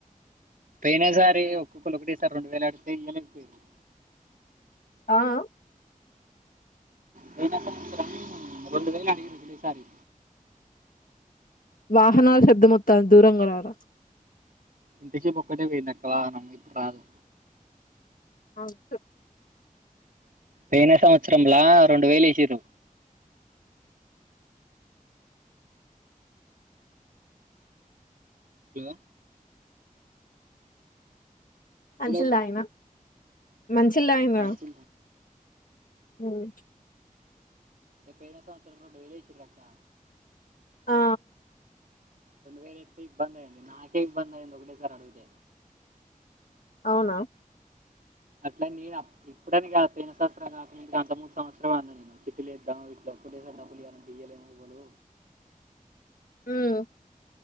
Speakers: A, on the right; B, on the left.
A: పోయినసారి ఒక్కొక్కరు ఒకటెసారి రెండు వేల ఆడితే ఇయలేకపోయరు
B: ఆ ఆ
A: పోయిన సంవత్సరం రెండు వేలడిగింరు పోయినసారి
B: వాహనాల శబ్దమొత్తంది దూరంగా రా రా
A: ఇంతషేపూ ఒక్కటే పోయింది అక్క వాహనం కారు
B: అవు చే
A: పోయినా సంవత్సరంలా రెండు వేలు ఇచ్చిరూ లో
B: మంచిల్ల్దాగిన
A: హలో
B: మంచిల్దగిన్రా
A: మంచి,
B: హ్మ్
A: పోయిన సంవత్సరం రెండు వేలు ఏసీన్రక్కా
B: ఆ
A: రెండు వేల ఎత్తే ఇబ్బంది అయింది నాకే ఇబ్బంది అయింది ఒకటేసారి అడుగుతే
B: అవునా
A: అట్లానీ నేను ఇప్పుడని కాదు పోయిన సంవత్సరం కాక ముందు అంత ముందు సంవత్సరం అన్నా నేను చిట్టిలేద్దాం వీట్లో ఒకటేసారి డబ్బులియాలంటే ఇయాలెం ఏవ్వాలు
B: ఉహ్